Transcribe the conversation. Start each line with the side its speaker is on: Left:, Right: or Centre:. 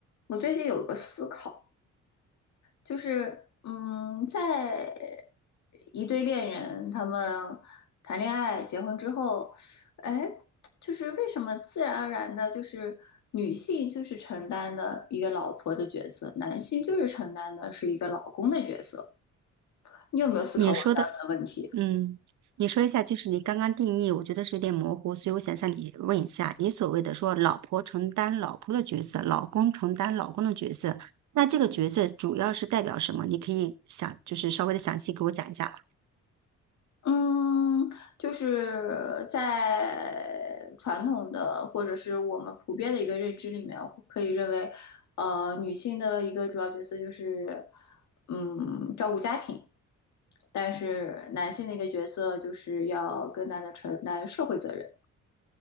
Left: 我最近有个思考，就是，嗯，在一对恋人他们谈恋爱、结婚之后，哎，就是为什么自然而然的，就是女性就是承担的一个老婆的角色，男性就是承担的是一个老公的角色？你有没有思考过这样的问题？
Right: 你说的，嗯，你说一下，就是你刚刚定义，我觉得是有点模糊，所以我想向你问一下，你所谓的说老婆承担老婆的角色，老公承担老公的角色，那这个角色主要是代表什么？你可以想，就是稍微的详细给我讲一下吗
Left: 嗯，就是在传统的或者是我们普遍的一个认知里面，可以认为，呃，女性的一个主要角色就是，嗯，照顾家庭，但是男性的一个角色就是要更大的承担社会责任。